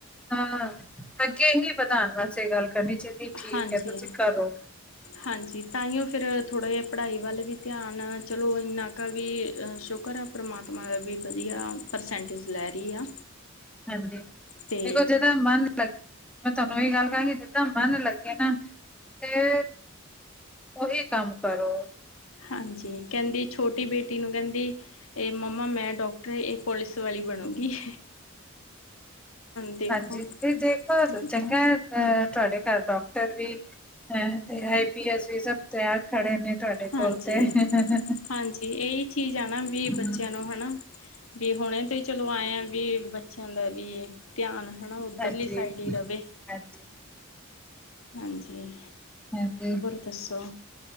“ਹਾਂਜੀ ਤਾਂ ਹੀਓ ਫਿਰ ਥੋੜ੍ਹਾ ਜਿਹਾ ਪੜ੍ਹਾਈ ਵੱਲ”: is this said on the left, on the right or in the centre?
Left